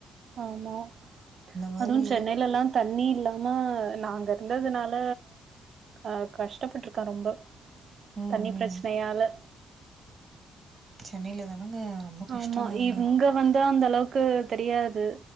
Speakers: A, on the right; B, on the right.
A: ஆமா
B: மாதிரி
A: அதுவும் சென்னைலலா தண்ணி இல்லாம நாங்க இருந்ததுனால ஆஹ் கஷ்டப்பட்டுருக்கா ரொம்ப
B: ம்
A: தண்ணி
B: ம்
A: பிரச்சனையால
B: சென்னையில தானங்க ரொம்ப கஷ்டங்க
A: ஆமா இங்க வந்து அந்த அளவுக் கு தெரியாது